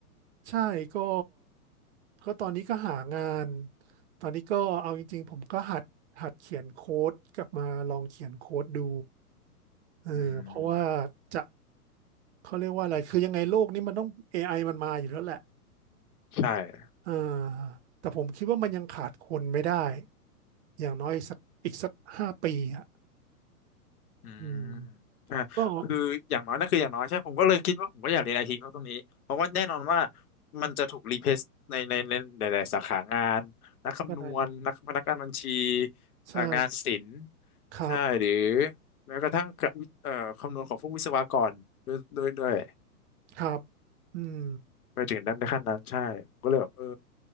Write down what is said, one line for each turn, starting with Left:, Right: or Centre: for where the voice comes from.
Right: ใช่ก็ก็ตอนนี้ก็หางานตอนนี้ก็เอาจริงๆผมก็หัดหัดเขียนโค้ดกลับมาลองเขียนโค้ดดูเออเพราะว่า
Left: อืม
Right: จะเขาเรียกว่าอะไรคือยังไงโลกนี้มันต้อง AI มันมาอยู่แล้วแหละ
Left: ใช่
Right: อ่าแต่ผมคิดว่ามันยังขาดคนไม่ได้อย่างน้อยสักอีกสักห้าปีอ่ะ
Left: อืม
Right: อืม
Left: อ่าคืออย่างน้อยนั่นคืออย่างน้อยใช่ผมก็เลยคิดว่าผมก็อยากเรียนไอทีเพราะตรงนี้
Right: ก็
Left: เพราะว่าแน่นอนว่ามันจะถูกรีเพลซในในในหลายๆสาขางานนักคำนวณนักพนักงานบัญชี
Right: ใช่ใช่
Left: เอ่องานศิลป์
Right: ครับ
Left: ใช่หรือแม้กระทั่งกะวิเอ่อคำนวณของพวกวิศวกรด้วยด้วยด้วย
Right: ครับอืม
Left: ไปถึงด้านในขั้นนั้นใช่ผมก็เลยแบบเออ